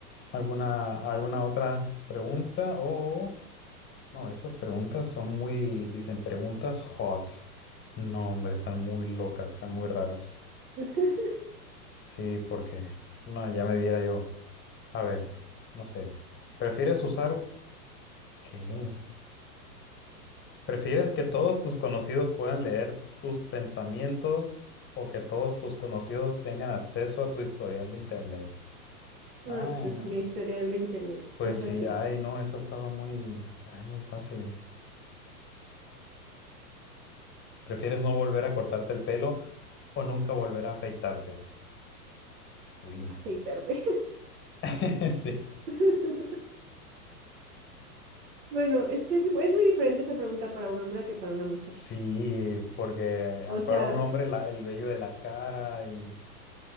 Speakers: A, on the left; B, on the right.
A: ¿Alguna, alguna otra pregunta? O no, estas preguntas son muy, dicen preguntas hot. No, hombre, están muy locas, están muy raras.
B: <laughs>
A: Sí, porque no, ya me viera yo. A ver, no sé. ¿Prefieres usar qué? ¿Prefieres que todos tus conocidos puedan leer tus pensamientos o que todos tus conocidos tengan acceso a tu historial de internet?
B: No,
A: Ay,
B: pues
A: no.
B: mi historial de internet está
A: Pues
B: fácil,
A: sí, ay, no, esa estaba muy, ay, muy fácil. ¿Prefieres no volver a cortarte el pelo o nunca volver a afeitarte? Uy,
B: afeitarme.
A: <laughs> sí.
B: <laughs> Bueno, es que es, es muy diferente esa pregunta para un hombre que para una mujer.
A: Sí, porque
B: O
A: ah,
B: sea,
A: para un hombre la- el vello de la cara y...